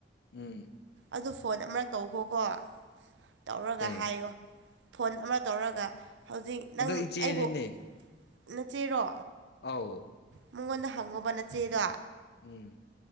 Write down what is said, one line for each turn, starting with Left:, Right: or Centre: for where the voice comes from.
Left: ꯎꯝ
Right: ꯑꯗꯨ ꯐꯣꯟ ꯑꯃꯔꯛ ꯇꯧꯈꯣꯀꯣ ꯇꯧꯔꯒ
Left: ꯀꯩ
Right: ꯍꯥꯏꯌꯣ ꯐꯣꯟ ꯑꯃꯔꯛ ꯇꯧꯔꯒ ꯍꯧꯖꯤꯛ ꯅꯪ
Left: ꯑꯗꯣ ꯏꯆꯦꯅꯤꯅꯦ
Right: ꯑꯩꯕꯨ ꯅꯆꯦꯔꯣ
Left: ꯑꯧ
Right: ꯃꯪꯉꯣꯟꯗ ꯍꯪꯉꯣꯕ ꯅꯆꯦꯗꯣ
Left: ꯎꯝ